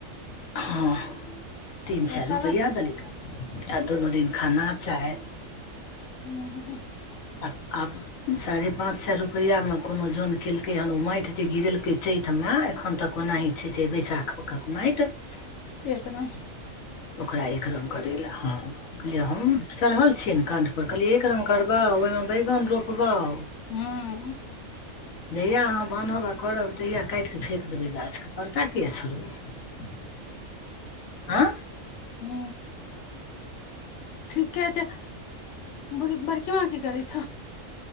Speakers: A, on the left; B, on the left.
A: हॅ तीन
B: पैसा
A: सए रुपया
B: लए
A: देल आ दुनो दिन खाना चाय
B: हूँह
A: आ आ साढ़े पांच सए रुपआ मे कोनो जोन केलकै हन ओ माटि जे गिरेलकै चैत मे एखन तक ओनाहि छै बैसाख मका माईट ह तऽ
B: एक रंग
A: ओकरा एक रंग करै लए हलिय हम चढ़ल छियै ने कण्ठ पर कहलियै एक रंग करब बाउ ओइ मे बैगन रोपबाउ
B: हूँ
A: जहिआ अहाँ बान्हब आ करब तहियआ काटि कऽ फेक देबै गाछके परता किया छोड़बे आ
B: हू ठीके छै बड़ बड़की माँ की करै छ